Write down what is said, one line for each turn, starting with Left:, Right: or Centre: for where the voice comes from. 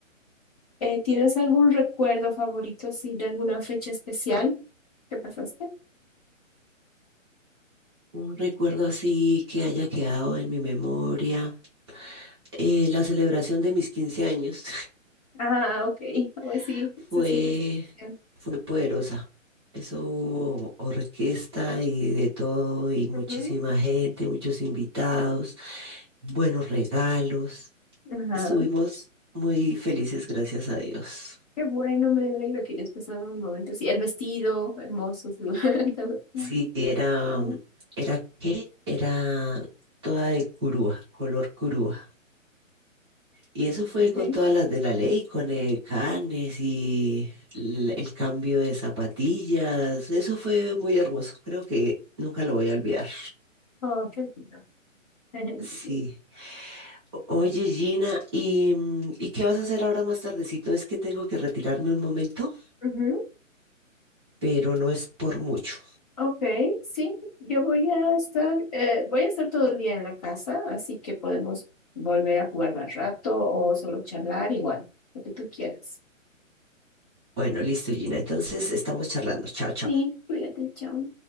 Left: eh, ¿tienes algún recuerdo favorito, sí, de alguna fecha especial que pasaste?
Right: un recuerdo así que haya quedado en mi memoria. eh, la celebración de mis 15 años
Left: Ah, ok. Oh, Pues
Right: <laughs>
Left: sí,
Right: fue,
Left: eso siempre es especial.
Right: fue poderosa. Eso hubo orquesta y de todo, y muchísima
Left: Ujú.
Right: gente, muchos invitados, buenos regalos.
Left: Ajá.
Right: Estuvimos muy felices, gracias a Dios.
Left: Qué bueno, me alegro que hayas pasado un momento. Sí, el vestido, hermoso, su- <laughs> todo.
Right: Sí, era,
Left: Ajá.
Right: era qué, era toda de curúa, color curúa. Y eso fue
Left: Ok.
Right: con todas las de la ley, con el canes y l- el, cambio de zapatillas. Eso fue muy hermoso, creo que nunca lo voy a olvidar.
Left: Oh, qué lindo. <laughs>
Right: Sí.
Left: Bien.
Right: O- Oye, Gina, ¿y, mm, ¿y qué vas a hacer ahora más tardecito? Es que tengo que retirarme un momento,
Left: Ujú.
Right: pero no es por mucho.
Left: Ok, sí, yo voy a estar, eh, voy a estar todo el día en la casa, así que podemos volver a jugar más rato o solo charlar igual, lo que tú quieras.
Right: Bueno, listo, Gina. Entonces estamos charlando. Chao, chao.
Left: Sí, cuídate, chao.